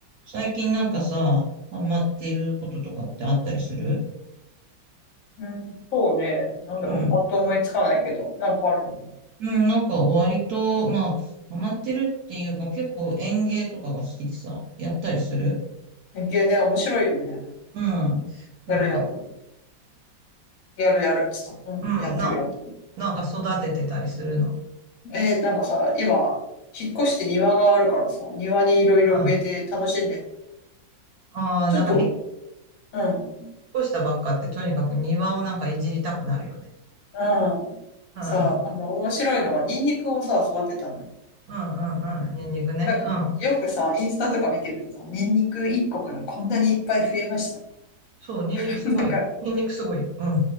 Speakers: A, on the right (about 65°); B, on the left (about 55°).
A: 最近なんかさ、ハマってることとかってあったりする
B: うん、そうね。なんだろう。
A: うん。
B: パッと思いつかないけど。なんかあるの。
A: うん、なんか割と、まあ、ハマってるっていうか、結構園芸とかが好きでさ、やったりする
B: うん。連ね、面白いよね。
A: うん。なんか、
B: やるやる。
A: ん
B: やるやるっつった。うん。
A: うん、
B: やってるやってる。
A: な、なんか育ててたりするの。
B: えーなんかさ、今、引っ越して庭があるからさ、庭にいろいろ植えて楽しんで。
A: うん。ああ、
B: ちょっと、
A: なんか引っ
B: うん。
A: 越したばっかってとにかく庭をなんかいじりたくなるよね。
B: うん。
A: うん、
B: さ、
A: うん、
B: あの、面白いのが、ニンニクをさ、育てたのよ。
A: うん、うんうん、ニンニクね。
B: なんか、
A: うん。
B: よくさ、インスタとか見てるとさ、ニンニク1個からこんなにいっぱい増えました。
A: そう、ニンニクすごいよ。
B: <laughs> なんか、
A: ニンニクすごいよ。うん、